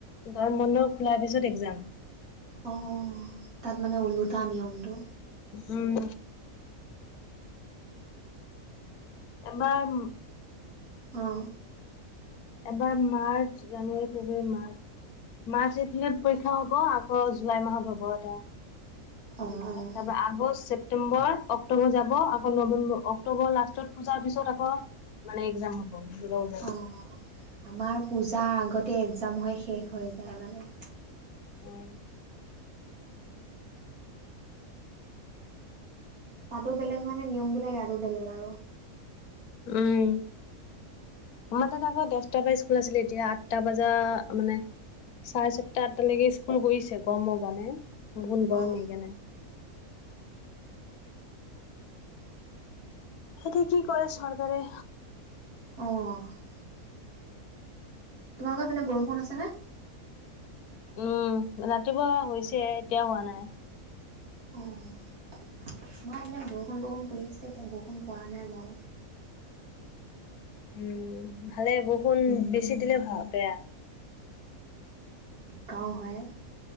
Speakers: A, on the left; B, on the right.
A: গৰম বন্ধ খোলাৰ পিছত এক্সাম।
B: অঁ। তাত মানে ওলোটা নিয়মটো।
A: উম। এবাৰ উ
B: অঁ।
A: এবাৰ মাৰ্চ জানুৱাৰী ফেব্ৰুৱাৰী মাৰ্চ, মাৰ্চ এপ্ৰিলত পৰীক্ষা হ'ব, আকৌ জুলাই মাহত হ'ব এটা। <unintelligible>
B: অ', অ',
A: আগষ্ট, চেপ ছেপ্টেম্বৰ, অক্টোবৰ যাব আকৌ নৱেম্বৰ, অক্টোবৰ লাষ্টত পূজাৰ পিছত আকৌ মানে এক্সাম হ'ব। <unintelligible>
B: অ'। আমাৰ পূজাৰ আগতে এক্সাম হৈ শেষ হৈ যায় মানে।
A: উম।
B: তাতো বেলেগ মানে নিয়ম বিলাক আৰু বেলেগ আৰু।
A: উম, আমাৰ তাত আকৌ দছটাৰ পৰা স্কুল আছিলে এতিয়া আঠটা বজা মানে চাৰে ছয়টা আঠটালৈকে স্কুল কৰিছে গৰমৰ কাৰণে। বহুত গৰম
B: অ',
A: সেইকাৰণে। সেইটোৱে কি কৰে চৰকাৰে।
B: অ'। তোমালোকৰ সেইপিনে বৰষুণ আছেনে?
A: উম, ৰাতিপুৱা হৈছে, এতিয়া হোৱা নাই।
B: অ', আমাৰ পিনে বৰষুণ বৰষুণ কৰি আছে, এতিয়া বৰষুণ পৰা নাই বাৰু।
A: উম, ভালে বৰষুণ বেছি দিলে বেয়া।
B: গাওঁ হয়।